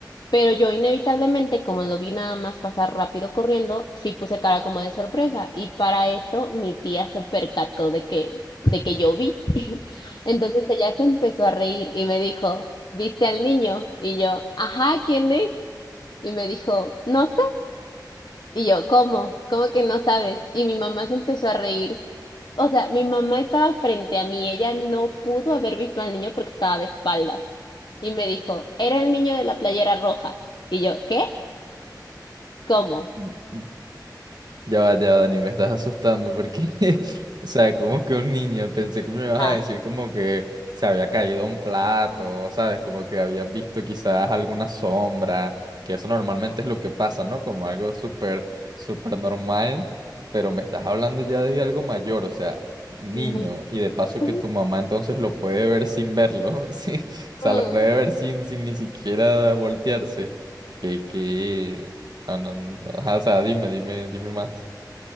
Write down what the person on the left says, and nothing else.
Pero yo inevitablemente, como lo vi nada más pasar rápido corriendo, sí puse cara como de sorpresa. Y para esto mi tía se percató de que, de que yo vi. <laughs> Entonces ella se empezó a reír y me dijo, ¿viste al niño? Y yo, ajá, ¿quién es? Y me dijo, no sé. Y yo, ¿cómo? ¿Cómo que no sabes? Y mi mamá se empezó a reír. O sea, mi mamá estaba frente a mí, ella no pudo haber visto al niño porque estaba de espaldas. Y me dijo, era el niño de la playera roja. Y yo, ¿qué? ¿Cómo?
Ah,
ujú,
ujú,
mm.